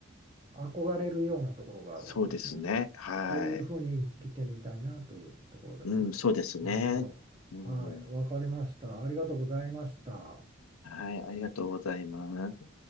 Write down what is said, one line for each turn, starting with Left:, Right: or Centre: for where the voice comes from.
Right: 憧れるようなところがあるわけですね。
Left: そうですね。はい。
Right: こういうふうに生きてみたいなというところですね。
Left: うん、そうですね。
Right: なるほど。
Left: うん、
Right: はい、わかりました。ありがとうございました。
Left: はい、ありがとうございます。